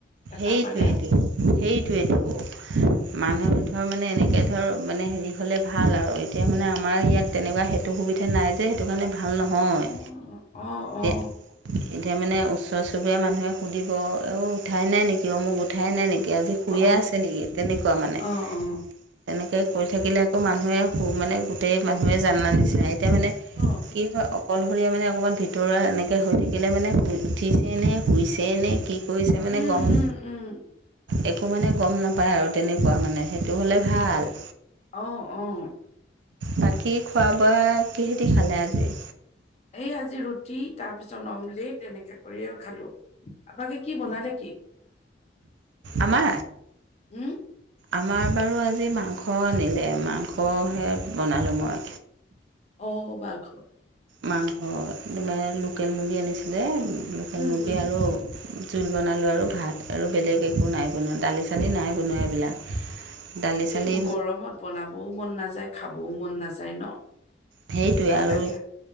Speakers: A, on the left; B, on the right.
A: এটা
B: হেইটোৱেটো
A: ফালে
B: - হেইটোৱেটো। মানুহ ধৰ মানে এনেকে ধৰ মানে হেৰি হ'লে ভাল আৰু এতিয়া মানে আমাৰ ইয়াত তেনেকুৱা হে। টো সুবিধা নাই যে সেইটো কাৰণে ভাল নহয়
A: অ', অ', অ',
B: তিয়া। এতিয়া মানে ওচৰ চুবুৰীয়া মানুহে সুধিব অ উঠাই নাই নেকি অ মোক উঠাই নাই নেকি আজি। শুইয়ে
A: অ',
B: আছে নেকি তেনেকুৱা মানে
A: অ', অ'। অ'।
B: তেনেকে শুই থাকিলে আকৌ মানুহে সু মানে গো। টেই মানুহে জানা নিচিনা এতিয়া মানে
A: উম,
B: কি হয় অ। কলশৰীয়া মানে অকণমান ভিতৰুৱা এনেকে হৈ থাকিলে মানে শুই উঠিছেই নে শুইছেই নে কি কৰিছে। ছে মানে
A: উম,
B: গম।
A: উম, উম,
B: একো মানে গম নাপাওঁ আৰু তেনেকুৱা মানে, সেইটো হ'লে ভাল।
A: অঁ অঁ।
B: বাকী খোৱা-বোৱা কিহেদি খালে আজি?
A: এই আজি ৰুটি তাৰ পিছত নমলেত তেনেকে কৰিয়ে খালো। বাকী কি বনালে কি?
B: আমা'
A: উম,
B: আমাৰ বাৰু আজি মাংস আনিলে, মাংসহে বনালো মই।
A: অ' মাংস
B: মাংস, লোকেল মুৰ্গী আনিছিলে লোকেল
A: উম,
B: মুৰ্গী
A: উম।
B: আৰু জোল বনালো আৰু ভাত আৰু বেলেগ একো নাই বনোৱা, দালি দালি নাই বনোৱা এইবিলাক। দালি চালি
A: এই গৰমত বনাবও মন নাযায় খাবও মন নাযায় ন?
B: সেইটোৱে
A: কিবা
B: আৰু
A: লাগে,